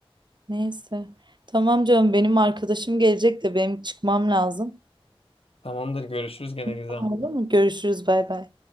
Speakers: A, on the right; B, on the left.
A: Neyse. Tamam canım benim arkadaşım gelecek de benim çıkmam lazım.
B: Tamamdır görüşürüz gene Gizem.
A: Tamam, olur mu? Görüşürüz bay bay.